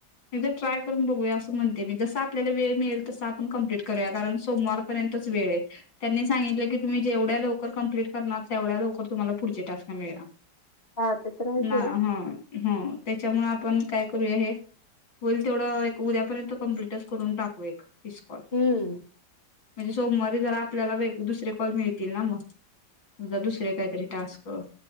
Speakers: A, on the left (about 85°); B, on the left (about 30°).
A: एकदां ट्राय करूंन बघूया असं म्हणते मी जसं आपल्यांला वेळ मिळेलं तसं आपणं कम्प्लीट करूंया कारणं सोमवार र्यंतचं वेळ आहे त्यांनी सांगितलं की तुम्हीं जेवढ्यां लवकरं कमप्लीट करणांर तेवढ्यां लवकरं तुम्हांला पुढचे टास्क मिळेणांर
B: हा ते तर आहे सोडा
A: नां हं हं त्यांच्यामुळे आपणं कायं करूंया हे होईलं तेवढं एक उद्यापर्यंत कमप्लिटच करूंन टाकू एक तिसकॉल
B: हम्म
A: म्हणजे सोमवारी जरं आपल्यांला वेगवेगळ्यां दुसरे कॉल मिळतीलं नां मंग द दुसरे कांहीतरी टास्क